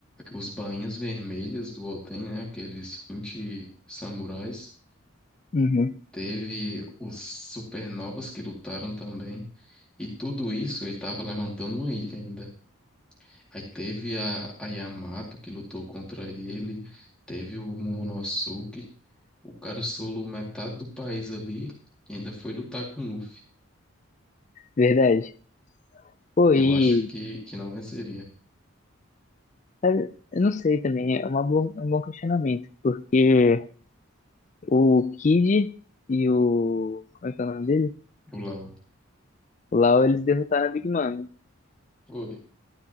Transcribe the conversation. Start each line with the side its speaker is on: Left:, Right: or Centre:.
Centre: os bainhas vermelhas do Oden, né? Aqueles 20 samurais.
Left: Uhum.
Centre: Teve os supernovas que lutaram também. E tudo isso ele estava levantando uma ilha ainda. Aí teve a, a Yamato que lutou contra ele. Teve o Momonosuke. O cara solou metade do país ali e ainda foi lutar com o Luffy.
Left: Verdade. Pô,
Centre: Eu
Left: e
Centre: acho que, que não venceria
Left: sabe, eu não sei também, é uma boa, é um bom questionamento, porque o Kid e o. Como é que é o nome dele?
Centre: o Lau.
Left: O Lau, eles derrotaram a Big Mom, né?
Centre: Oi,